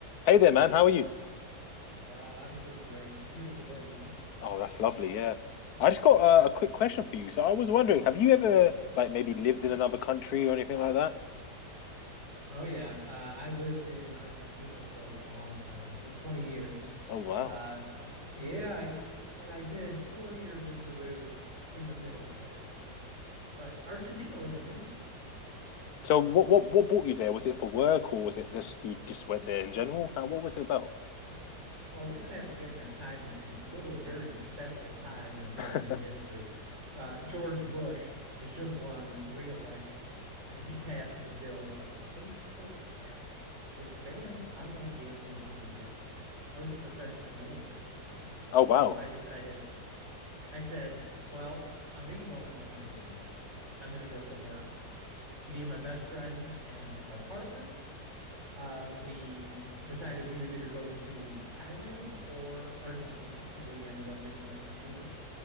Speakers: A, on the left; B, on the right.
A: Hey there, man. How are you?
B: Oh, I'm doing great. It's a beautiful day, you know?
A: Oh, that's lovely. Yeah. I just got uh, a quick question for you. So I was wondering, have you ever like maybe lived in another country or anything like that?
B: Oh, yeah. Uh, I lived in Argentina for a long time, almost 20 years.
A: Oh, wow.
B: Uh, I- yeah, I spent, and I did four years in Peru in the middle of that as well. But Argentina was amazing.
A: So what what what brought you there? Was it for work or was it just you just went there in general? Uh, What was it about?
B: Oh, well, we're going to have to get in our time machines and go to a very special time in American
A: <laughs>
B: history. Uh, George Bush has just won re-election, and he passes a bill called the Safe Ports Act, which bans online gambling in the United States. I was a professional gambler at this time,
A: Oh,
B: so
A: wow.
B: I decided. I said, "Well, I'm making all my money on the internet. I'm going to go somewhere else." Me and my best friend and our partners uh, we decided we either go to Thailand or Argentina, and we ended up picking Argentina.